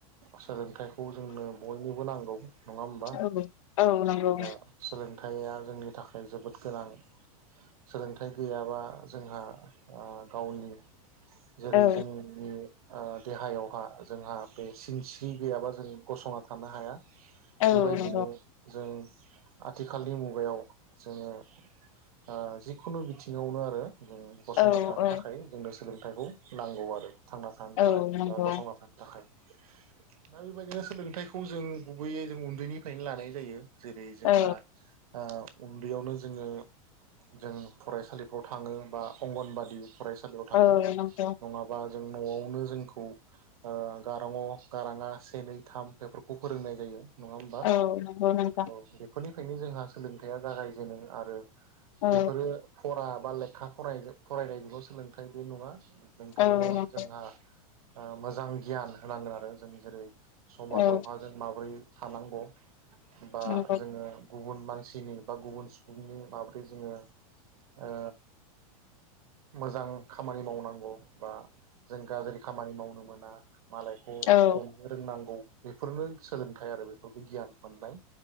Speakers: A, on the right; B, on the left.
A: सोलोंथाइखौ जोंनो बयनोबो नांगौ नंङा होनबा
B: औ औ नंगौ
A: दा सोलों थाया जोंनि थाखाय जोबोद गोनां सोलोंथाइ गैयाबा जोंहा ओ गावनि जेरै
B: औ
A: जोंनि ओ देहायावहा जोंहा बे सिनस्रि गैयाबा जों गसंना थानो हाया
B: औ
A: बेबायदिनो
B: नंगौ
A: जों आथिखालनि मुगायाव जोंङो ओ जिखुनु बिथिंङावनो आरो जों गसंना
B: औ
A: थानो
B: औ
A: थाखाय जोंनो सोलोंथाइखौ नांगौ आरो थांना थानो थाखाय
B: औ नंगौ
A: बा गसंना थानो थाखाय दा बेबायदिनो सोलोंथायाइखौ जों गुबैयै जों उन्दैनिफ्रायनो लानाय जायो । जेरै जोंहा
B: औ
A: ओ उन्दैयावनो जोंङो जों फरायसालिफ्राव थांङो बा अंगनबादि फरायसालियाव थांङो
B: औ नंगौ
A: नंङाबा जों न'आवनो जोंखौ ओ गारां अ गारां आ से नै थाम बेफोरखौ फोरोंनाय जायो। नङा होमबा
B: औ नंगौ नोंथां
A: औ बेफोरनि बेनो जोंहा सोलोंथाइया जागायजेनो आरो
B: औ
A: बेफोरो फरा बा लेखा फराय फरायनायनिल' सोलोंथाइ बे नङा। नोंथांनो
B: औ नंगौ
A: जोंहा ओ मोजां गियान होनांगोन आरो जों जेरै समाजावहा
B: औ
A: जों माबोरै थानांगौ बा
B: नंगौ
A: जोंङो गुबुन मानसि नि बा गुबुन सुबुंनि माब्रै जोंङो ओ मोजां खामानि मावनांगौ बा जों गाज्रि खामानि मावनो मोना मालायखौ
B: औ
A: अननो रोंनांगौ। बेफोरनो सोलोंथाइ आरो बेफोरबो गियान मोननाय